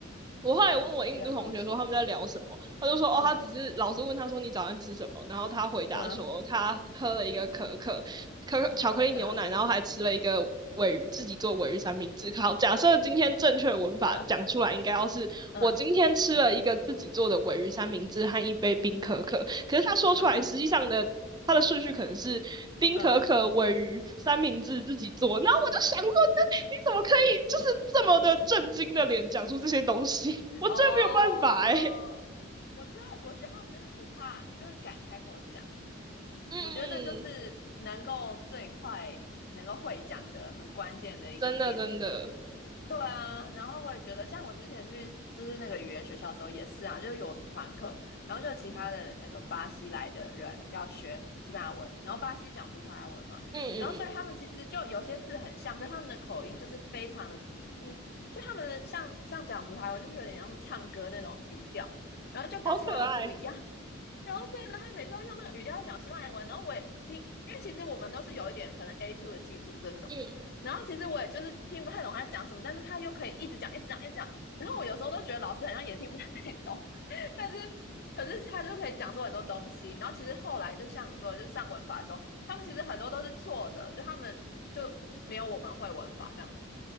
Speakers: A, on the right (about 20°); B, on the left (about 50°).
A: 我后来有问我印度同学说他们在聊什么，
B: 有很多错，
A: 他就说哦，
B: 嗯
A: 他只是老师问他说你早上吃什么，然后他回答说他喝了一个可可可可巧克力牛奶，
B: 嗯嗯
A: 然后还吃了一个尾鱼，自己做尾鱼三明治。好，假设今天正确的文法讲出来，
B: 嗯
A: 应该要是我今天吃了一个自己做的尾鱼三明治和一杯冰可可，
B: 嗯
A: 可是他说出来实际上的。
B: 嗯
A: 他的顺序可能是冰可可、
B: 嗯，
A: 尾鱼、三明治自己做，然后我就想说，你怎么可以就是这么的震惊的脸讲出这些东西？<laughs> 我真没有办法哎、
B: 哦，
A: 嗯
B: 我觉得我觉得他们就是不怕，就是敢开口讲，
A: 嗯，
B: 我觉得那就是能够最快能够会讲的很关键的一个点，
A: 嗯真的真的，
B: 对啊，然后我也觉得，像我之前去就是那个语言学校的时候也是啊，就是有团课，然后就有其他的那个巴西来的人要学西班牙文，然后巴西讲葡萄牙文嘛，
A: 嗯嗯嗯，
B: 然后所以他们其实就有些字很像，跟他们的口音就是非常的，嗯，就他们的像像讲葡萄牙文就是有点像唱歌那种语调，然后就跟西班牙文不一样，
A: 好可爱，
B: <laughs> 然后所以呢，他每次要用那个语调在讲西班牙文，然后我也听，因为其实我们都是有一点可能 A two 的基础这种。
A: 嗯，
B: 然后其实我也就是听不太懂他讲什么，但是他又可以一直讲，一直讲，一直讲。然后我有时候都觉得老师好像也听不太懂，<laughs> 但是可是他就可以讲出很多东西。然后其实后来就像你说的，就上文法的时候，他们其实很多都是错的，就他们就没有我们会文法这样子，